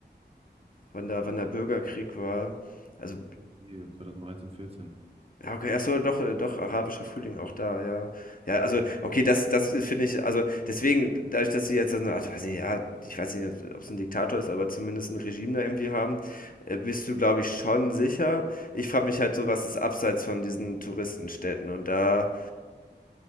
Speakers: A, on the left (about 50°); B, on the right (about 30°).
A: wann da, wann der Bürgerkrieg war. Also
B: Irgendwie 2013, 14.
A: Ja, okay, ach so, doch, äh, doch, arabischer Frühling auch da, ja. Ja, also, okay, das, das finde ich, also, deswegen, dadurch, dass sie jetzt, so, ach, weiß nicht, ja, ich weiß nicht, ob es ein Diktator ist, aber zumindest ein Regime da irgendwie haben, äh, bist du, glaube ich, schon sicher. Ich frage mich halt so, was ist abseits von diesen Touristenstädten und da,